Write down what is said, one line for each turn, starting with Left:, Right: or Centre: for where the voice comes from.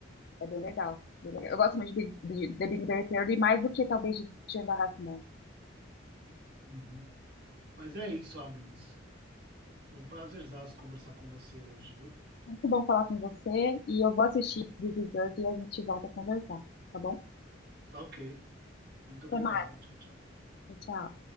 Left: É bem legal, bem legal. Eu gosto muito de, de The Big Bang Theory, mais do que talvez de Shanda Raffman.
Right: Uhum. Mas é isso, Agnes. Foi um prazerzaço conversar com você hoje, viu?
Left: Muito bom falar com você e eu vou assistir This Is Us e a gente volta a conversar, tá bom?
Right: Tá ok. Muito obrigado.
Left: Até mais,
Right: Tchau, tchau.
Left: tchau. tchau.